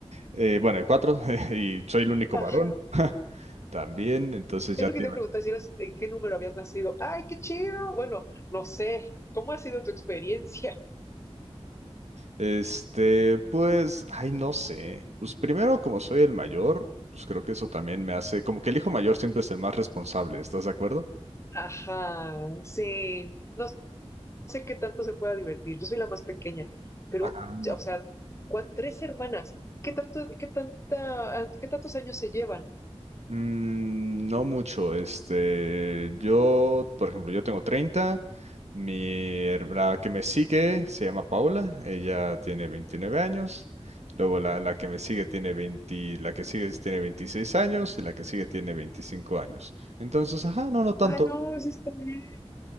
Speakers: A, on the right (about 80°); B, on the left (about 25°).
A: eh, bueno, de cuatro, <laughs> y soy el único
B: Ajá.
A: varón. <laughs> También, entonces
B: Es
A: ya
B: lo
A: te...
B: que te
A: iba-
B: iba a preguntar si eras, en qué número habías nacido. ¡Ay, qué chido! Bueno, no sé. ¿Cómo ha sido tu experiencia?
A: Este, pues, ay, no sé. Pues primero, como soy el mayor, pues creo que eso también me hace, como que el hijo mayor siempre es el más responsable, ¿estás de acuerdo?
B: Ajá, sí. No sé qué tanto se pueda divertir, yo soy la más pequeña, pero,
A: Ah,
B: o sea, cua- tres hermanas, ¿qué tanto, qué tanta, qué tantos años se llevan?
A: Mm, no mucho, este, yo, por ejemplo, yo tengo treinta mi, her- la que me sigue se llama Paula, ella tiene 29 años, luego la, la que me sigue tiene 20, la que sigue tiene 26 años y la que sigue tiene 25 años. Entonces, ajá, no, no tanto.
B: Ah, no, sí está bien.